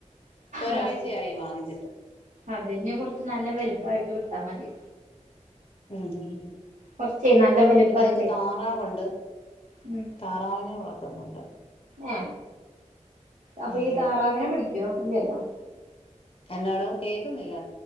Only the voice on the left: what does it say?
പ്പോ ഒരാഴ്ചയായി
വാങ്ങിച്ചിട്ട്
ഉം
ഉം ഉം ഉ
പിന്നെ ഞങ് ക്ക് താറാവുണ്ട്
താറാവിനെ വളത്തുന്നുണ്ട്
ഉം
എന്നാടോ കേക്കുന്നില്ല